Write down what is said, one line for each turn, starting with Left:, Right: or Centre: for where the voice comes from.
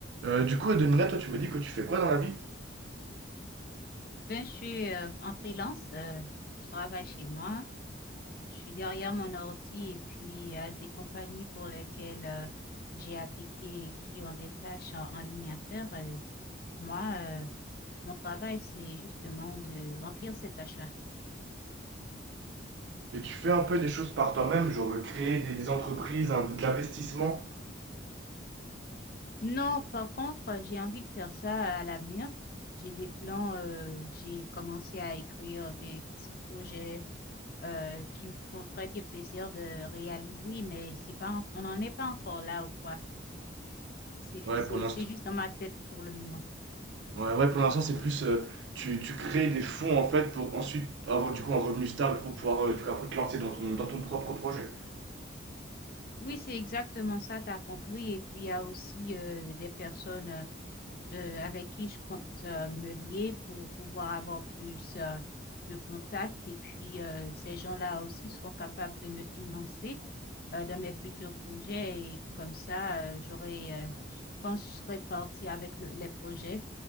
Right: Euh, du coup, Edelmina, toi, tu me dis que tu fais quoi dans la vie?
Left: Ben, je suis euh, en freelance. euh, je travaille chez moi. Je suis derrière mon ordi et puis il y a des compagnies pour lesquelles euh, j'ai appliqué et qui ont des tâches en, en ligne à faire. euh, moi, euh, mon travail, c'est justement de remplir ces tâches-là.
Right: Et tu fais un peu des choses par toi-même, genre euh, créer des, des entreprises, un, de l'investissement?
Left: Non, par contre, euh, j'ai envie de faire ça à l'avenir. J'ai des plans. euh, j'ai commencé à écrire des petits projets euh, qui me font très bien plaisir de réaliser, mais c'est pas, en- on n'en est pas encore là ou quoi. C'est,
Right: Ouais,
Left: c'est,
Right: pour l'instant,
Left: c'est juste dans ma tête pour le moment.
Right: ouais, ouais, pour l'instant, c'est plus euh, tu, tu crées des fonds en fait pour ensuite avoir du coup un revenu stable pour pouvoir euh, du coup, après te lancer dans ton, dans ton propre projet.
Left: Oui, c'est exactement ça, tu as compris. Et puis, il y a aussi euh, des personnes euh, euh, avec qui je compte euh, me lier pour pouvoir avoir plus euh, de contacts. Et puis, euh, ces gens-là aussi seront capables de me financer euh, dans mes futurs projets. Et comme ça, euh, j'aurai, euh, j- quand je serai partie avec le- les projets,